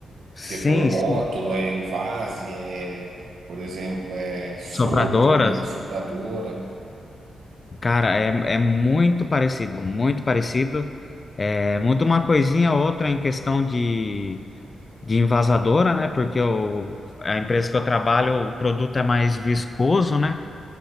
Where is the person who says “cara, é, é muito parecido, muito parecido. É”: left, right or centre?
Left